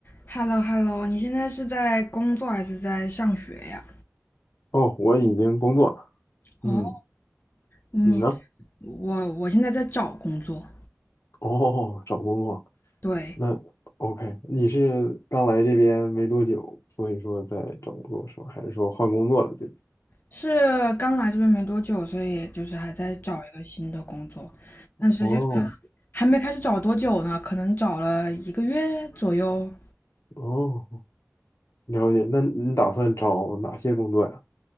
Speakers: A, on the left (about 40°); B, on the left (about 75°).
A: h e l l o h e l l o 你现在是在工作还是在上学呀？
B: 哦，我已经工作了。
A: 哦，
B: 嗯，
A: 你，
B: 你呢？
A: 我我现在在找工作，
B: 哦，找工作。
A: 对，
B: 那 OK，你是刚来这边没多久，所以说在找工作是吧？还是说换工作了最近？
A: 是刚来这边没多久，所以就是还在找一个新的工作，但是就是
B: 哦
A: 还没开始找多久呢，可能找了一个月左右。
B: 哦，了解。那你打算找哪些工作呀？